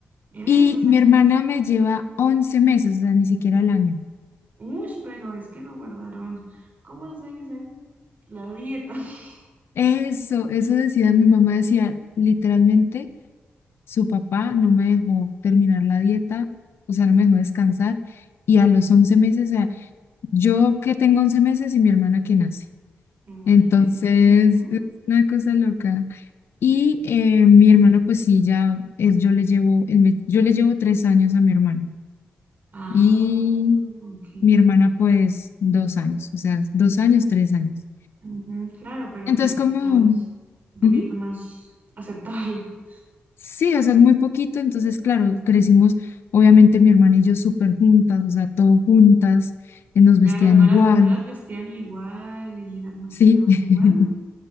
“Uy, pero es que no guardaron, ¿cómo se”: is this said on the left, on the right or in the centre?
Right